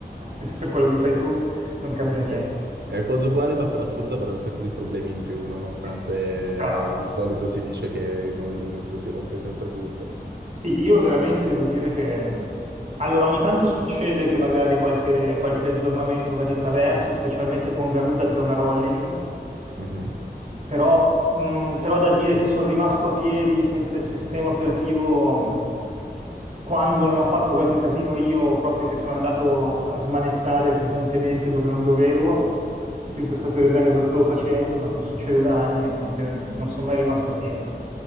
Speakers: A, on the right; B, on the right.
A: <laughs> per quello che fai tu non cambia
B: Sì,
A: niente.
B: sì. È cosa uguale, ma per assurdo avrei un sacco di problemi in più, nonostante
A: <laughs> Sì, tra l'altro.
B: eh, di solito si dice che con Linux si rompe sempre tutto.
A: Sì, io veramente devo dire che mhmm, allora ogni tanto succede che magari qualche, qualche aggiornamento va di traverso, specialmente con Garuda che è una rolling.
B: Mhm.
A: Però, mh, però da dire che sono rimasto a piedi senza il sistema operativo mh, quando non ho fatto qualche casino io, proprio che sono andato a smanettare pesantemente dove non dovevo, senza sapere bene cosa stavo facendo, ma non succede da anni, de- non sono mai rimasto a piedi.